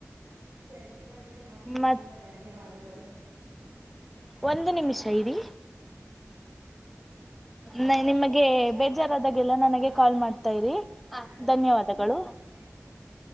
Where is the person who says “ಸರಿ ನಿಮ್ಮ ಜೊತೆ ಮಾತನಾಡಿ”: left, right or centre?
Right